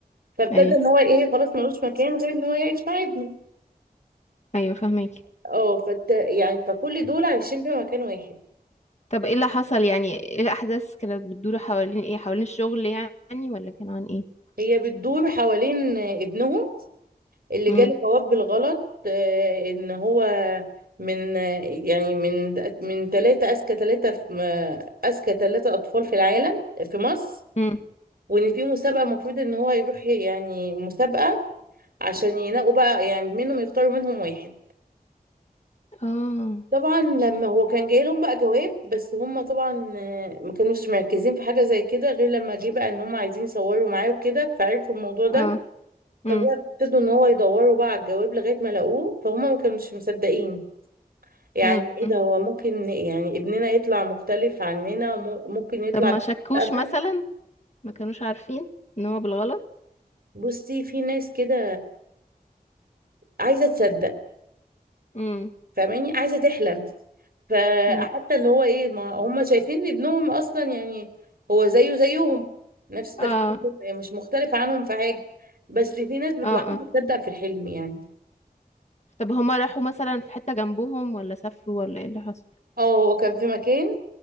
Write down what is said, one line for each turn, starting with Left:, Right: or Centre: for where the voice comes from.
Right: فابتدى
Left: ايوه
Right: ان هو ايه خلاص ملوش مكان غير ان هو يعيش مع ابنه
Left: ايوه فاهمك
Right: اه فت... يعني فكل دول عايشين في مكان واحد
Left: طب ايه اللي حصل يعني ايه الاحداث كانت بتدور حوالين ايه حوالين الشغل يعني ولا كان عن ايه
Right: هي بتدور حوالين ابنهم اللي
Left: مم.
Right: جاله جواب بالغلط آه، ان هو من آه، يعني من من ثلاثة أذكى ثلاثة في م- أذكى ثلاثة أطفال في العالم آه، في مصر
Left: مم.
Right: وإن في مسابقة المفروض إن هو يروح يعني مسابقة عشان ينقوا بقى يعني منهم يختاروا منهم واحد
Left: اه
Right: طبعا لما هو كان جاي لهم بقى جواب بس هم طبعا آه، ما كانوش مركزين في حاجة زي كده غير لما جه بقى إن هم عايزين يصوروا معاه وكده فعرفوا الموضوع ده
Left: اه مم.
Right: فبقى ابتدوا ان هو يدوروا بقى على الجواب لغاية ما لقوه فهم ما كانوش مصدقين يعني
Left: مم.
Right: ايه ده هو ممكن يعني ابننا يطلع مختلف عننا مو- ممكن يطلع
Left: طب ما شكوش
Right: مستقبل
Left: مثلا ما كانوش عارفين ان هو بالغلط
Right: بصي في ناس كده عايزه تصدق
Left: امم
Right: فاهماني عايزه تحلم فحتى
Left: امم
Right: اللي هو ايه ما هم شايفين إن ابنهم اصلا يعني هو زيه زيهم نفس تفكيرهم
Left: اه
Right: يعني مش مختلف عنهم في حاجه بس في ناس بتبقى
Left: اه
Right: عايزه
Left: اه
Right: تصدق في الحلم يعني
Left: طب هما راحوا مثلا في حتة جنبهم ولا سافروا ولا ايه اللي حصل
Right: اه هو كان في مكان